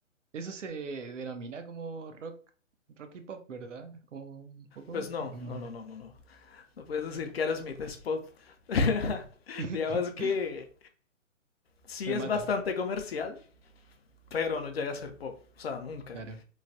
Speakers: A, on the right; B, on the left.
A: eso se denomina como rock, rock y pop, ¿verdad? Como un poco,
B: Pues no,
A: o es más-
B: no, no, no, no, no. No puedes decir que Aerosmith es pop. <laughs>
A: <laughs>
B: Digamos que sí
A: Me
B: es
A: matan,
B: bastante comercial, pero no llega a ser pop. O sea, nunca.
A: claro.